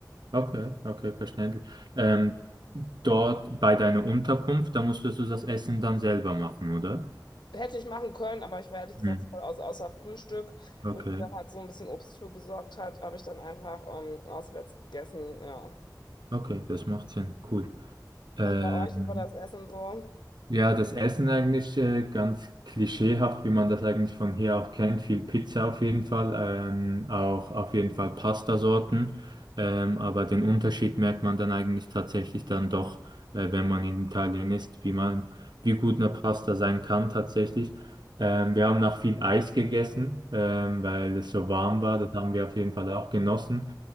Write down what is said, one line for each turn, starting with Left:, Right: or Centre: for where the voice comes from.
Right: Okay, okay, verständlich. Ähm, dort bei deiner Unterkunft, da musstest du das Essen dann selber machen, oder?
Left: Hätte ich machen können, aber ich war ehrlich gesagt
Right: Hm,
Left: voll aus, außer Frühstück,
Right: okay,
Left: wo ich mir dann halt so ein bisschen Obst für besorgt hat, habe ich dann einfach ähm, auswärts gegessen. Ja.
Right: okay, das macht Sinn. Cool. Ähm,
Left: Und bei euch, wie war das Essen so?
Right: Ja, das Essen eigentlich äh, ganz klischeehaft, wie man das eigentlich von hier auch kennt. Viel Pizza auf jeden Fall, ähm, auch auf jeden Fall Pastasorten. Ähm, aber den Unterschied merkt man dann eigentlich tatsächlich dann doch, äh, wenn man in Italien ist, wie man, wie gut eine Pasta sein kann tatsächlich. Ähm, wir haben auch viel Eis gegessen, ähm, weil es so warm war. Das haben wir auf jeden Fall auch genossen.